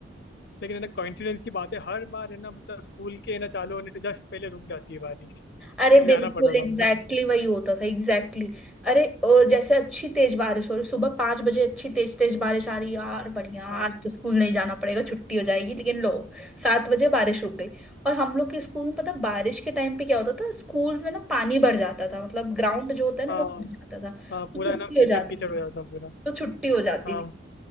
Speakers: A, on the left; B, in the centre.
A: लेकिन है ना कोइंसिडेंस की बात है हर बार है ना मतलब स्कूल के है ना चालू होने से जस्ट पहले रुक जाती है बारिश
B: अरे
A: फिर
B: बिल्कुल
A: जाना पड़ता
B: एग्जैक्टली
A: था हमको
B: exactly वही होता था एग्जैक्टली exactly. अरे अ, जैसे अच्छी तेज बारिश हो रही सुबह पांच बजे अच्छी तेज तेज बारिश आ रही यार बढ़िया
A: हाँ
B: आज तो स्कूल नहीं जाना पड़ेगा छुट्टी हो जाएगी लेकिन लो सात बजे बारिश रुक गई और हम लोग के स्कूल में पता बारिश के टाइम पे क्या होता था स्कूल में ना पानी भर जाता था मतलब ग्राउंड जो होता है ना
A: हाँ
B: वो भर जाता था
A: हाँ,
B: तो
A: पूरा
B: छुट्टी
A: है ना कीचड़
B: हो जाती
A: कीचड़
B: थी
A: हो जाता पूरा
B: तो छुट्टी हो जाती
A: हाँ
B: थी